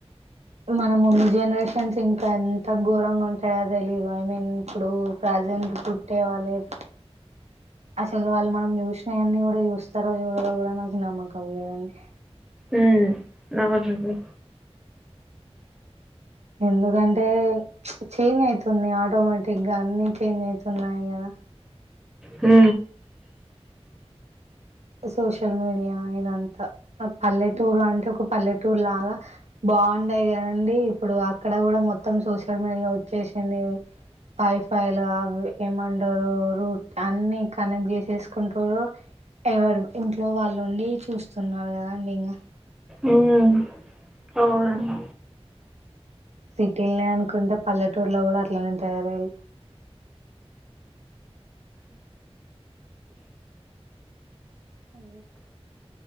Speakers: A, on the right (about 90°); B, in the centre.
A: మన ముందు జనరేషన్స్ ఇంకా ఎంత ఘోరంగా ఉంటాయో తెలీదు ఐ మీన్ ఇప్పుడు ప్ర ప్రజెట్ పుట్టే వాల్ లేర్ అసలు వాళ్ళు మనం చూసినయన్ని కూడా చూస్తారో చూడ కూడా నాకు నమ్మకం లేదండి
B: ఊ నాకొద్ బుజ్జి
A: ఎందుకంటే చేంజ్ అయితుంది ఆటోమేటిక్గా అన్ని చేంజ్ అయితున్నాయి కదా
B: ఊ
A: సోషల్ మీడియా ఇదంతా పల్లెటూరు అంటే ఒక పల్లెటూర్ లాగా బాగుండదు కదండి ఇప్పుడు అక్కడ కూడా మొత్తం సోషల్ మీడియా వచ్చేసిడి వైఫై లు అవి ఏమంటారు రూట్ అన్ని కనెక్ట్ చేసేసుకుంటురు ఎవరు ఇంట్లో వాళ్ళుండి చూస్తున్నారు కదండి ఇంకా
B: మ్మ్. అవునండి
A: సిటీలనే అనుకుంటే పల్లెటూరులో కూడా అట్లనేే వుంటయ్ రయ్ ఊ